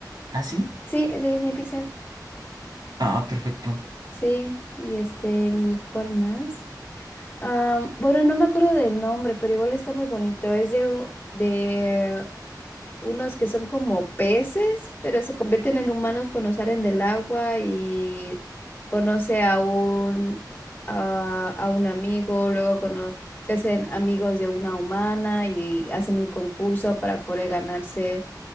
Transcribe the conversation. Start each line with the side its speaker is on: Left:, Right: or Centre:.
Right: ¿Ah, sí?
Left: Sí, es de Disney Pixar.
Right: Ah, perfecto.
Left: Sí, y este, ¿y cuál más? Am, bueno, no me acuerdo del nombre, pero igual está muy bonito. Es de, u- de unos que son como peces, pero se convierten en humanos cuando salen del agua y conoce a un, a, a un amigo, luego cono- se hacen amigos de una humana y hacen un concurso para poder ganarse